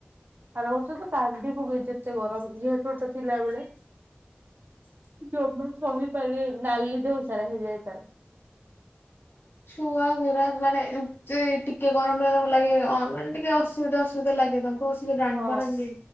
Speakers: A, on the right; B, on the left.
A: ଆ ହତ ତ ଟଡି ପକେଇ ଯେତେ ଗରମ ଯେହେ ୋଟା ଥିଲାବେ <inaudible> <unintelligible> ଜମା ସହିପାରେ ନାଲି ଦେଉ ସାର ହେ ଯାଇ ତାର
B: ଛୁଆ ଗୁରା ମାନେ ଏତି ଟିକେ ଗରମ ଗରମ ଲାଗେ ମାନେ ଟିକେ ଅସୁବିଧା ଅସୁବିଧା ଲାଗେ ତାଙ୍କୁ ସେ ଜାଣିପାରନ୍ତି
A: ହଁ